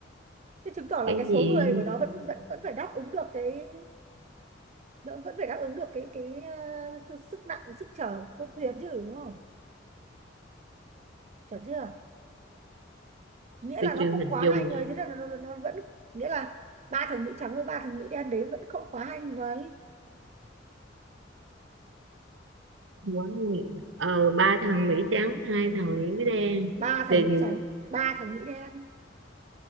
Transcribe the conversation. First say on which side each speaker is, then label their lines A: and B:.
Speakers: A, on the right; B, on the right.
A: Thế chứng tỏ là
B: cái
A: cái số
B: gì
A: người
B: không?
A: của nó vẫn vẫn vẫn phải đáp ứng được cái đỡ vẫn phải đáp ứng được cái cái ờ, sức nặng sức chở của thuyền chứ đúng không chở chưa nghĩa
B: tôi
A: là nó
B: chưa
A: không
B: hình
A: quá
B: dung
A: hai người thế là nó, nó, nó vẫn nghĩa là ba thằng Mỹ trắng với ba thằng Mỹ đen đấy vẫn không quá hai người
B: quá nhiều. ờ ba thằng Mỹ trắng hai thằng Mỹ đen
A: ba thằng
B: thì
A: Mỹ trắng ba thằng Mỹ đen